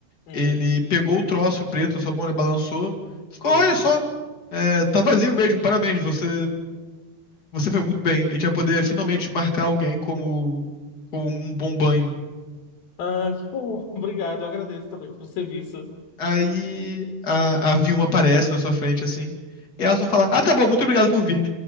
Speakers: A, on the left (about 65°); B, on the left (about 30°).
A: Uhum,
B: Ele pegou o troço preto na sua mão, ele balançou. Ficou,
A: sim.
B: olha só, é, tá vazio mesmo, parabéns, você, você foi muito bem. A gente vai poder finalmente marcar alguém como, como um bom banho.
A: Ah, que bom. <laughs> Obrigado, eu agradeço também pelo serviço.
B: Aí a, a Vilma aparece na sua frente, assim. E ela só fala, ah, tá bom, muito obrigado por vir.